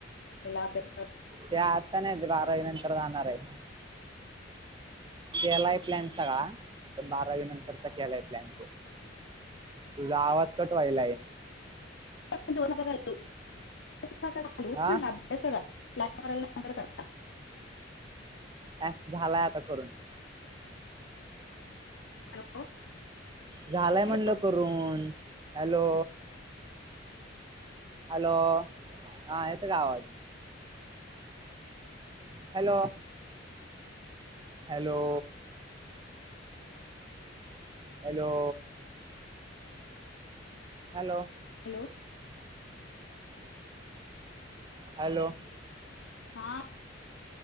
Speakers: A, on the left; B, on the right.
A: पहिला अभ्यास
B: ते आता नाही ते बारावी नंतर जाणार आहे. केलाय प्लॅन सगळा. पण बारावी नंतरचा केलाय प्लॅन तो, तुझा आवाज कट व्हायलाय.
A: उगाच वेळ नका घालवू, <unintelligible>
B: हा
A: अभ्यास करा पहिला प्लान करायला नंतर करा.
B: हे झालाय आता करून.
A: हॅलो!
B: झालाय
A: हॅलो
B: म्हंटल करून. हॅलो! हॅलो! हां येतं का आवाज? Hello! Hello. Hello! Hello.
A: Hello.
B: Hello.
A: हा